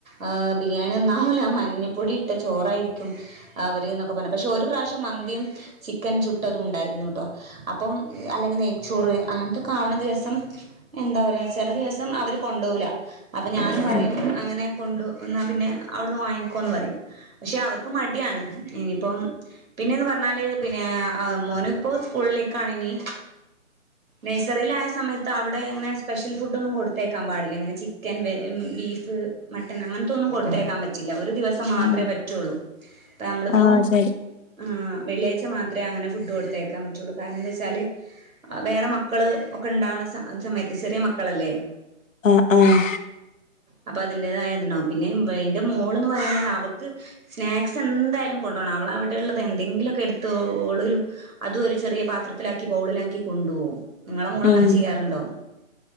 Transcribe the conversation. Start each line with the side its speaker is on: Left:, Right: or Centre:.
Right: എ ബിരിയാണി ഒന്നാവൂല മഞ്ഞപ്പൊടി ഇട്ട ചോറായിരി അവര് ന്നൊക്കെ പറാ പക്ഷെ ഒരു പ്രാവശ്യം മന്തിയും ചിക്കൻ ചുട്ടതും ഉണ്ടായിരുന്നുട്ടോ അപ്പം അല്ലെങ്കിൽ നെയ്ച്ചോറ് അങ്ങനത്തൊക്കെ ആവണ ദിവസം എന്താ പറയാ ചെല ദിവസം അവര് കൊണ്ടൂല അപ്പൊ ഞാനും പറയും
Left: ആഹ്
Right: അങ്ങനെ കൊണ്ടു എന്നാ പിന്നെ അവിടുന്ന് വാങ്ങിക്കോന്ന് പറയും പക്ഷെ അവർ ക് മടിയാണ് ഇനിയിപ്പം പിന്നെന്ന് പറഞ്ഞാല് പിന്നെ മോനു ഇപ്പോ സ്കൂളിലേക്കാണ് ഇനി നഴ്സറിയിലായ സമയത്ത് അവിടെ ഇങ്ങനെ സ്പെഷ്യൽ ഫുഡ്‌ ഒന്നും കൊടുത്തേക്കാം പാടില്ലിങ്ങനെ ചിക്കൻ ബേ ബീഫ് മട്ടൻ അങ്ങനത്തൊന്നും കൊടുത്തേക്കാൻ പറ്റില്ല ഒരു ദിവസം മാത്രമേ
Left: ആഹ്
Right: പറ്റുള്ളൂ നമ്മള് ഇപ്പം
Left: ആഹ് ശരി
Right: ആ വെള്ളിയാഴ്ച്ച മാത്രമേ അങ്ങനെ ഫുഡ് കൊടുത്തേയക്കാൻ പറ്റുള്ളൂ കാരണം എന്താന്ന് വെച്ചാല് വേറെ മക്കള് ഒക്കെ ഇണ്ടാവുന്ന അത് സമയത്ത് ചെറിയ മക്കളല്ലേ
Left: ആഹ് ആഹ്
Right: അപ്പ അതിന്റെതായിരുന്നു പിന്നെ എൻ്റെ മോളന്ന് പറയുന്നേനവെക്ക് സ്നാക്സ് എന്തായാലും കൊണ്ടോണം അവള അവിടെയള്ളത് എന്തെങ്കിലുക്കെ എടുത്ത് ഓളൊരു അതും ഒരു ചെറിയ പാത്രത്തിലാക്കി ബൗളിലാക്കി കൊണ്ടുപോകും നിങ്ങളെ മൂളങ്ങനെ
Left: ഉം
Right: ചെയ്യാറുണ്ടോ